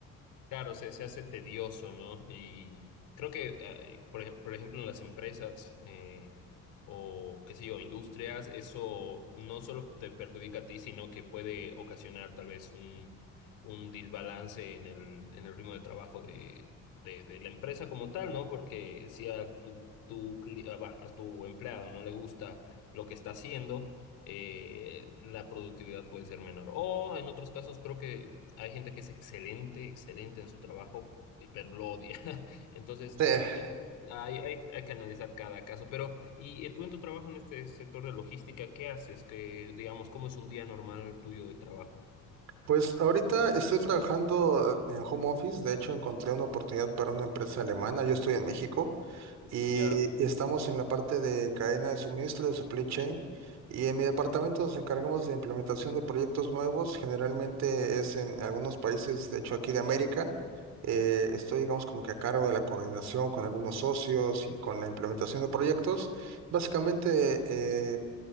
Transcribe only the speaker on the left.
Claro, se, se hace tedioso, ¿no? Y creo que, eh, por, ej- por ejemplo, en las empresas eh, o, qué sé yo, industrias, eso no solo te perjudica a ti, sino que puede ocasionar tal vez un, un desbalance en el, en el ritmo de trabajo de, de, de la empresa como tal, ¿no? Porque si a tu, tu, cli- a va, a tu empleado no le gusta lo que está haciendo, eh, la productividad puede ser menor. O en otros casos creo que hay gente que es excelente, excelente en su trabajo, y- pero lo odia. <laughs> Entonces,
eh, hay, hay, hay que analizar cada caso. Pero, ¿y eh, tú en tu trabajo en este sector de logística, qué haces? Que, digamos, ¿cómo es un día normal tuyo de trabajo?
Ya.